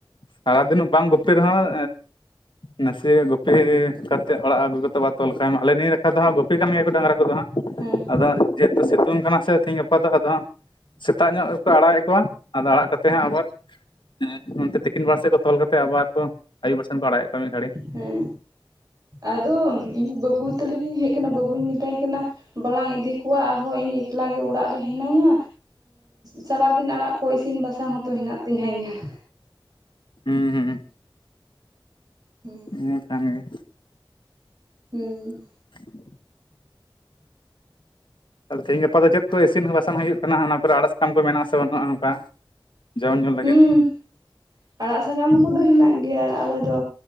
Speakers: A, on the left; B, on the right.
A: ᱥᱟᱨᱟᱫᱤᱱᱚᱜ ᱵᱟᱝ ᱜᱩᱯᱤ ᱨᱮᱦᱚᱸ ᱱᱟᱥᱮᱭᱟᱜ ᱜᱩᱯᱤ ᱠᱟᱛᱮᱫ ᱚᱲᱟᱜ ᱟᱹᱜᱩ ᱠᱟᱛᱮ ᱵᱟ ᱛᱚᱞ ᱠᱟᱭ ᱟᱞᱮ ᱱᱤᱭᱟᱹ ᱞᱮᱠᱷᱟ ᱫᱚ ᱦᱟᱸᱜ ᱜᱩᱯᱤ ᱠᱟᱹᱢᱤᱭᱟ ᱰᱟᱝᱨᱟ ᱠᱚᱫᱚ ᱦᱟᱸᱜ
B: ᱦᱮᱸ
A: ᱟᱫᱚ ᱥᱤᱛᱩᱝ ᱠᱟᱱᱟ ᱥᱮ ᱛᱮᱦᱤᱧ ᱜᱟᱯᱟ ᱫᱚ ᱟᱫᱚ ᱥᱮᱛᱟᱜ ᱧᱚᱜ ᱜᱮᱠᱚ ᱟᱲᱟᱜᱮᱫ ᱠᱚᱣᱟ ᱟᱫᱚ ᱟᱲᱟᱜ ᱠᱟᱛᱮ ᱦᱟᱸ ᱟᱵᱟᱨ ᱦᱮᱸ ᱚᱱᱛᱮ ᱛᱤᱠᱤᱱ ᱵᱮᱲᱟ ᱥᱮᱫ ᱠᱚ ᱛᱚᱞ ᱠᱟᱛᱮᱮᱫ ᱟᱵᱟᱨ ᱠᱚ ᱟᱭᱩᱵ ᱵᱟ ᱥᱮᱱ ᱠᱚ ᱟᱲᱟᱜᱮᱫ ᱠᱚᱣᱟ ᱢᱤᱫ ᱜᱷᱟᱹᱲᱤ
B: ᱦᱮᱸ ᱟᱫᱚ ᱤᱧ ᱵᱟᱹᱵᱩ ᱛᱟᱞᱤᱧ ᱞᱤᱧ ᱦᱮᱡ ᱟᱠᱟᱱᱟ ᱵᱟᱹᱵᱩᱧ ᱢᱮᱛᱟᱭ ᱠᱟᱱᱟ ᱵᱟᱞᱟᱝ ᱤᱫᱤ ᱠᱚᱣᱟ ᱟᱨ ᱦᱚᱸ ᱤᱧ ᱮᱠᱞᱟ ᱜᱮ ᱚᱲᱟᱜ ᱨᱮ ᱦᱤᱱᱟᱹᱧᱟ᱾ ᱥᱟᱨᱟᱫᱤᱱ ᱟᱲᱟᱜ ᱠᱚ ᱤᱥᱤᱱ ᱵᱟᱥᱟᱝ ᱦᱚᱸᱛᱚ ᱦᱮᱱᱟᱜ ᱛᱤᱧᱟᱹ ᱤᱧᱟᱹᱜ
A: ᱦᱮᱸ ᱦᱩᱸ
B: ᱦᱮᱸ
A: ᱤᱱᱟᱹᱠᱟᱱ ᱜᱮ᱾
B: ᱦᱩᱸ
A: <inaudible> ᱛᱮ ᱛᱮᱦᱤᱧ ᱜᱟᱯᱟ ᱫᱚ ᱪᱮᱫ ᱠᱚ ᱤᱥᱤᱱ ᱦᱚᱸ ᱵᱟᱥᱟᱝ ᱦᱩᱭᱩᱜ ᱠᱟᱱᱟ ᱚᱱᱟ ᱠᱚᱨᱮ ᱟᱲᱟᱜ ᱥᱟᱠᱟᱢ ᱠᱚ ᱢᱮᱱᱟᱜᱼᱟᱥᱮ ᱵᱟᱹᱱᱩᱜᱼᱟ ᱚᱱᱠᱟ ᱡᱚᱢᱚᱱ ᱡᱚᱝ
B: ᱦᱩᱸ
A: ᱞᱟᱹᱜᱤᱫ
B: ᱟᱲᱟᱜ ᱥᱟᱠᱟᱢ ᱠᱚᱫᱚ ᱦᱮᱱᱟᱜ ᱜᱮᱭᱟ ᱟᱞᱮ ᱫᱚ